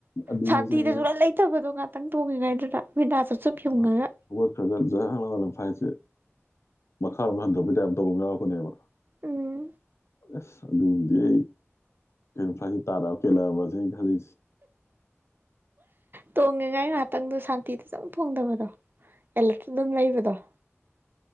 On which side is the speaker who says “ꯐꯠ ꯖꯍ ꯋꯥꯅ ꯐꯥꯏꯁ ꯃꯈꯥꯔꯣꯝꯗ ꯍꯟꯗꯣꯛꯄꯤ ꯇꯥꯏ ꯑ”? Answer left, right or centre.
Left